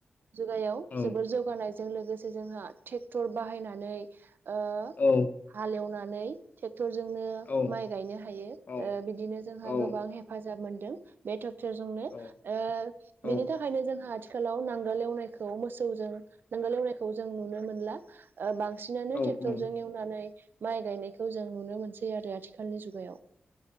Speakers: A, on the right; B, on the left.
A: जुगायाव
B: उम
A: जोबोर जौगानाय। जों लोगोसे जोंहा थेकथर बाहायनानै ओ
B: औ
A: हालेव नानै थेक क्टर जोंनो
B: औ
A: माइ गायनो हायो ओ
B: औ
A: बिदिनो जोंहा
B: औ
A: गोबां हेफाजा जाब मोनदों बे तप थोरजोंनो जोंनो
B: औ
A: ओ
B: औ
A: बेनि थाखायनो जों आथिखालाव नांगोल एवनायखौ मोसौजों नांगोल एवनायखौ जों नुनो मोनला ओ बांसिन बांसिनानो
B: औ
A: ट्रेक्टरजों
B: औ
A: एवनानै माइ गायनायखौ जों नुनो मोनसै आरो आथिखालनि जुगायाव।